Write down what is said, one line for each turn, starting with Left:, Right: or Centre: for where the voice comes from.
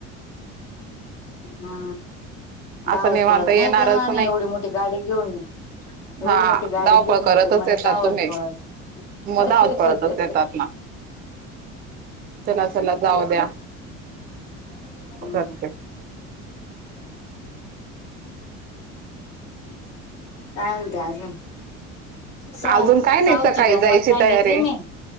Left: हा धावत
Right: असं निवांत
Left: पळत
Right: येणारच
Left: नाही ते आम्ही
Right: नाही
Left: एवढी मोठी गाडी घेऊन. एवढी
Right: हा
Left: मोठी गाडी
Right: धावपळ
Left: घेऊन
Right: करतच
Left: येतो म्हणे
Right: येतात
Left: धावत
Right: तुम्ही.
Left: पळत.
Right: मग
Left: हा
Right: धावत
Left: हा
Right: पळतच
Left: हा हा
Right: येतात
Left: ये.
Right: ना चला चला जाऊ द्या.
Left: ह.
Right: करते.
Left: काय म्हनता आजून. साऊ
Right: अजून काय नाही
Left: साऊची
Right: सकाळी
Left: गंमत
Right: जायची
Left: सांगीतली
Right: तयारी.
Left: मी.